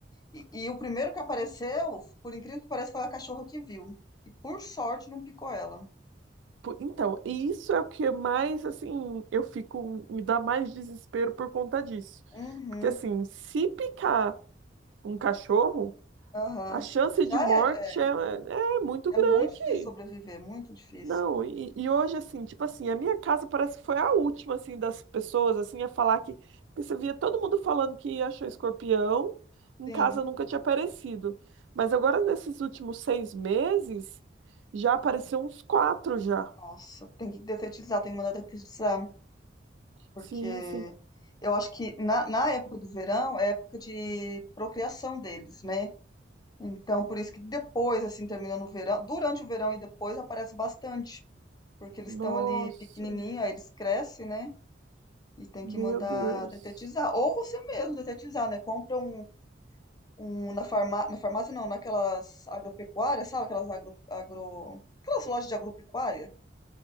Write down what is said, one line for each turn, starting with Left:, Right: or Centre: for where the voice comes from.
Left: e, e o primeiro que apareceu, por incrível que pareça, foi a cachorra que viu. E por sorte não picou ela.
Right: Po- Então, e isso é o que mais, assim, eu fico, me dá mais desespero por conta disso.
Left: Uhum.
Right: Porque assim, se picar um cachorro.
Left: Aham.
Right: A chance
Left: Já
Right: de morte
Left: era, é.
Right: é, é muito
Left: É
Right: grande.
Left: muito difícil sobreviver, muito difícil.
Right: Não, e, e hoje, assim, tipo assim, a minha casa parece que foi a última, assim, das pessoas, assim, a falar que, que você via todo mundo falando que achou escorpião, em
Left: Sim.
Right: casa nunca tinha aparecido. Mas agora, nesses últimos seis meses, já apareceu uns quatro já.
Left: Nossa, tem que detetizar, tem que mandar detetizar, porque
Right: Sim, sim.
Left: eu acho que na, na época do verão é época de procriação deles, né? Então, por isso que depois, assim, terminando o verão, durante o verão e depois aparece bastante, porque eles
Right: Nossa,
Left: estão ali pequenininho, aí eles crescem, né? E tem
Right: meu
Left: que mandar
Right: Deus.
Left: detetizar. Ou você mesmo detetizar, né? Compra um, um na farmá na farmácia, não, naquelas agropecuárias, sabe? Aquelas agro, agro... Aquelas lojas de agropecuária.